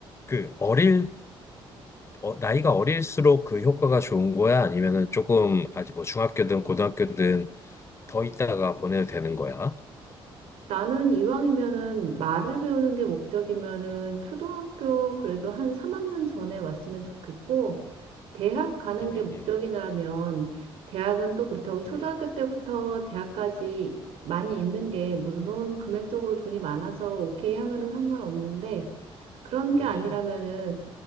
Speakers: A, on the left; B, on the right.
A: 그 어릴 어, 나이가 어릴수록 그 효과가 좋은 거야? 아니면은 조금 아직 뭐 중학교든 고등학교든 더 있다가 보내도 되는 거야?
B: 나는 이왕이면은 말을 배우는 게 목적이면은 초등학교 그래도 한 3학년 전에 왔으면 좋겠고, 대학 가는
A: 음,
B: 게 목적이라면,
A: 음,
B: 대학은 또 그렇다고 초등학교
A: 음,
B: 때부터 대학까지 많이 있는 게, 물론 금액적으로 돈이 많아서 오케이 하면은 상관없는데, 그런
A: 음.
B: 게 아니라면은,